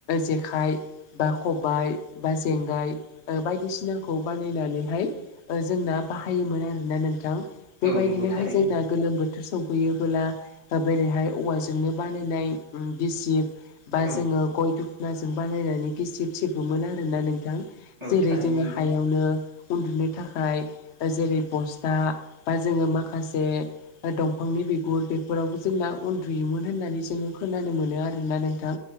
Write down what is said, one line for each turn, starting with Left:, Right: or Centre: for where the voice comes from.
Left: जेखाइ खबाइ बा जेंगाय बायदिसिनाखौ बानायनानैहाय ओ जोंना बाहायोमोन आरोना नोंथां बेबायदिनोहाय
Right: औ नंगौ थारैनो
Left: जोंना गोलोम बोथोर सफै खुयोबोला बोरैहाय औवाजोंनो बानायनाय गिसिब बा
Right: औ
Left: जोङो गय दखनाजों बानायायनानै गिसिब सिबोमोन आरोना नोंथां।
Right: औ
Left: जेरै
Right: थारैनो
Left: जोङो
Right: नंगौ
Left: हायावनो उन्दुनो थाखाय जेरै बसथा बा जोङो माखासे दंफांनि बिगुर बे फोरावबो जोंना उन्दुयोमोन होननानै जोङो खोनानो मोनो आरोना नोंथां